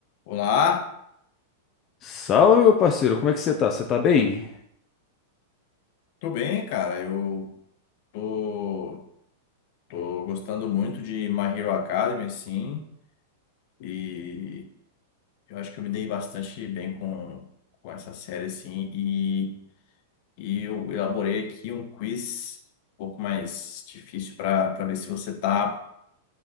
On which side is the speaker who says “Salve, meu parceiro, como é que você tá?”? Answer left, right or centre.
Left